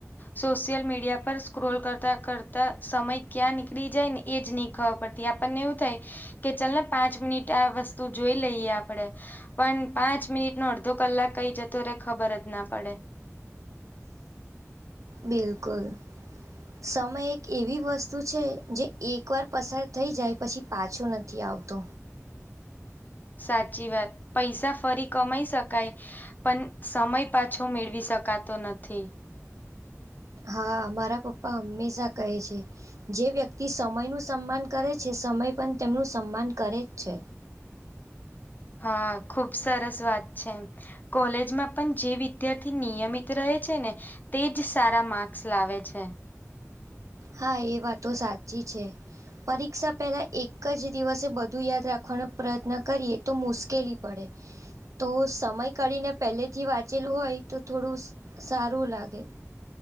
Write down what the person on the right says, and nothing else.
બિલકુલ. સમય એક એવી વસ્તુ છે જે એકવાર પસાર થઈ જાય પછી પાછો -- નથી આવતો.
હા મારા પપ્પા હંમેશા કહે છે. જે વ્યક્તિ સમયનું સન્માન કરે છે સમય પણ તેમનું સન્માન કરે છે.
હા એ વાતો સાચી છે પરીક્ષા પહેલાં એક એક જ દિવસે બધું યાદ રાખવાનો પ્રયત્ન કરીએ તો મુશ્કેલી પડે. તો સમય કાઢીને પહેલેથી વાંચેલું હોય તો થોડું સારું લાગે.